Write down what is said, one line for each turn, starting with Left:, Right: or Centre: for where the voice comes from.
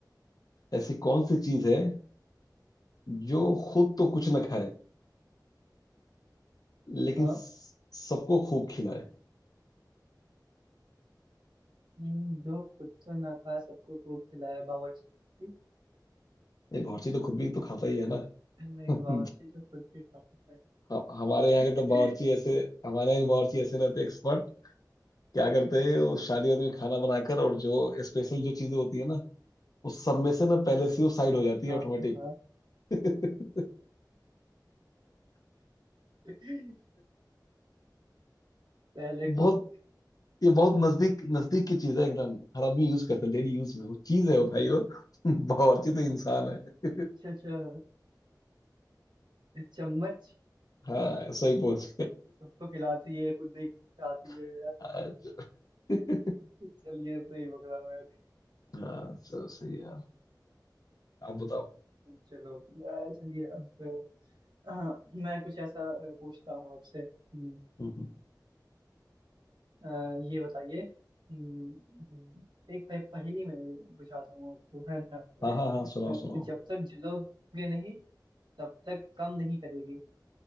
Left: ऐसी कौन सी चीज है जो खुद तो
Right: हम्म
Left: कुछ
Right: हम्म,
Left: ना खाए लेकिन
Right: हाँ
Left: स- सबको खूब खिलाए
Right: हम्म, जो खुद तो ना खा सबको खूब खिलाए बावर्ची
Left: ये बावर्ची तो खुद भी तो खाता ही है ना
Right: नहीं
Left: <laughs>
Right: बावर्ची जो खुद भी खा सकता
Left: ह-
Right: है
Left: हमारे यहाँ के तो बावर्ची ऐसे
Right: <laughs>
Left: हमारे यहाँ के बावर्ची ऐसे रहते एक्सपर्ट क्या करते हैं वो शादियों में खाना बनाकर और जो स्पेशल जो चीजें होती है ना उस सब में से ना पहले से ही वो साइड हो जाती है
Right: हाँ
Left: ऑटोमेटिक
Right: हाँ
Left: <laughs>
Right: <laughs> पहले
Left: बहुत
Right: खुद
Left: ये बहुत नजदीक नजदीक की चीज है एकदम हर आदमी यूज करता है डेली यूज में वो चीज है वो भाई वो <laughs> बावर्ची तो इंसान है
Right: अच्छा अच्छा चम्मच
Left: हाँ सही पहुंच
Right: सबको खिलाती है खुद नहीं खाती है
Left: गए <laughs>
Right: चलिए सही पकड़ा मैंने
Left: हाँ सर सही है यार आप बताओ
Right: चलो अ, चलिए अब अ, हाँ, मैं कुछ ऐसा अ, पूछता हूँ आपसे हम्म,
Left: हम्म हम्म।
Right: अ, ये बताइए हम्म, हम्म, एक पह- पहेली में बुझाता हूँ आपको है ना अ,
Left: हाँ हाँ हाँ सुनाओ सुनाओ
Right: जब तक जलोगे नहीं तब तक काम नहीं करेगी